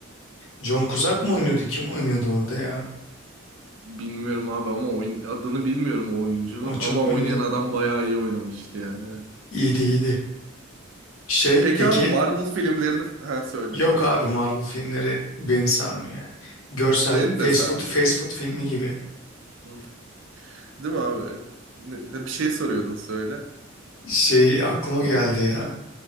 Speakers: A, on the left; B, on the right.
A: John Cusack
B: Ha.
A: mı oynuyordu? Kim oynuyordu orada ya?
B: Bilmiyorum abi ama oyun, adını bilmiyorum o oyuncunun
A: O çok
B: ama
A: ünlü.
B: oynayan adam bayağı iyi oynamıştı yani.
A: İyiydi iyiydi. Şey
B: Peki
A: peki?
B: abi Marvel filmlerini ha söyle
A: Yok
B: söyle.
A: abi Marvel filmleri beni sarmıyor yani. Görsel
B: Beni
A: fast
B: de sarmıyor.
A: food fast food filmi gibi.
B: Hı. Değil mi abi? Ne- e, bir şey soruyordun söyle.
A: Şey aklıma geldi ya.